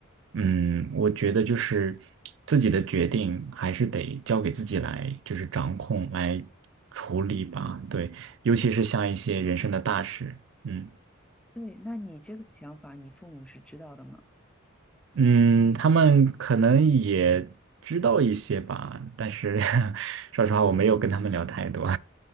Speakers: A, on the right; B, in the centre.
A: 嗯，我觉得就是自己的决定还是得交给自己来，就是掌控来处理吧，对，尤其是像一些人生的大事，嗯。
B: 对，那你这个想法，你父母是知道的吗？
A: 嗯，他们可能也知道一些吧，但是 <laughs> 说实话，我没有跟他们聊太多。